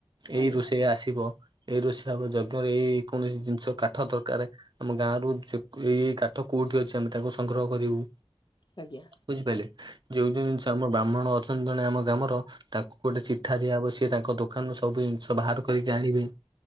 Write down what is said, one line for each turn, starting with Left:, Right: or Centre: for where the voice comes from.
Right: ଏଇ
Left: ଆଜ୍ଞା
Right: ରୋଷେଇଆ ଆସିବ ଏଇ ରୋଷେଇ ହବ ଯଜ୍ଞରେ ଏଇ କୌଣସି ଜିନିଷ କାଠ ଦରକାର ଆମ ଗାଁ ରୁ ଯେ ଏଇ ଏଇ କାଠ କୋଉଠି ଅଛି ଆମେ ତାକୁ ସଂଗ୍ରହ କରିବୁ
Left: ଆଜ୍ଞା ଆଜ୍ଞା
Right: ବୁଝିପାଇଲେ ଯୋଉ ଯୋଉ ଜିନିଷ ଆମ ବ୍ରାହ୍ମଣ ଅଛନ୍ତି ଜଣେ ଆମ ଗ୍ରାମର ତାକୁ ଗୋଟେ ଚିଠା ଦିଆହବ ସିଏ ତାଙ୍କ ଦୋକାନରୁ ସବୁ ଜିନିଷ ବାହାର କରିକି ଆଣିବେ।